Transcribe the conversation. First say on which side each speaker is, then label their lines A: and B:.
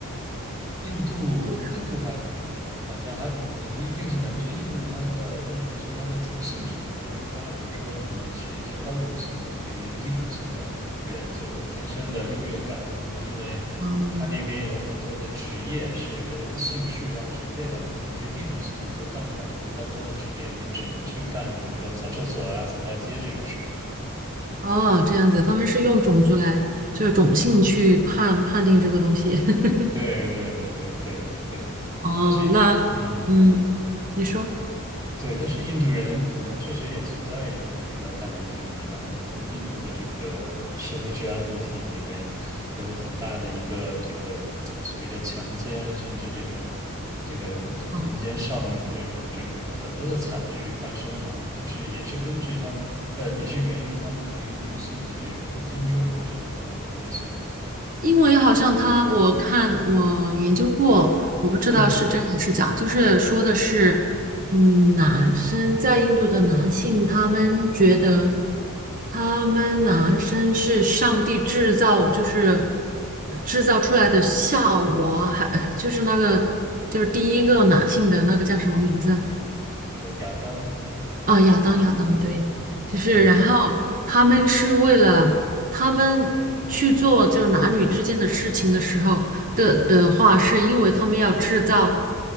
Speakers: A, on the right; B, on the right.
A: 印度，
B: 我看
A: 印度还好像还也不一定是男权。印度它的问题是它的种姓制度，就是它，比如说你是一些高种姓的，对于低种姓的人就有天生的优越感。然后因为它那边有很多的职业是跟姓氏要匹配的，
B: 哦
A: 比如说你是低种姓的，你就干不了很多高端的职业，你只能去干，比如说扫厕所啊、扫大街这种事儿。
B: 哦，这样子，他们是用种族来，就是种姓去判判定这个东西。<laughs>
A: 对对对对对对，
B: 哦，
A: 但是。
B: 那嗯，
A: 嗯。
B: 你说。
A: 对，但是印度人可能确实也存在一定的大男子主义吧。你看，印度的这个社会治安问题里面有很大的一个这个所谓的强奸，甚至这种这个轮奸少女的这种这种很多的惨剧发生嘛，
B: 哦。
A: 就是也是根据他呃，也是源于他们对于女性的这种不尊重，我觉得有很大的关系吧。
B: 因为好像他，我看我研究过，我不知道是真还是假，
A: 嗯
B: 就是说的是，嗯，男生在印度的男性，他们觉得他们男生是上帝制造，就是制造出来的夏娃，还就是那个就是第一个男性的那个叫什么名字？
A: 嗯，呃亚当，
B: 啊，亚当亚当，对，就是然后他们是为了他们去做就男女之间的事情的时候的的话，
A: 对，
B: 是因为他们要制造